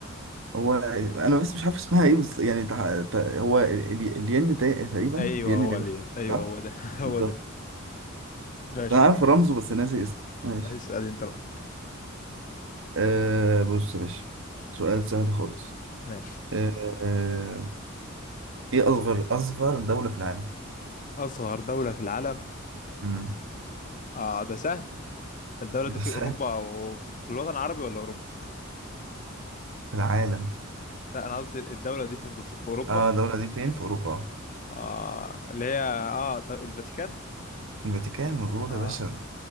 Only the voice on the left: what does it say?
أيوه
هو
لين أيوه
هو ده <laughs> هو
ده ماشي
اسأل
اسأل انت بقى
ماشي
أصغر دولة في العالم
آه ده سهل الدولة دي
في أوروبا
أو في, في الوطن العربي ولا أوروبا؟
لا أنا قصدي الدولة دي فين بالظبط؟ في أوروبا؟
آه اللي هي آه طب الفاتيكان؟
آه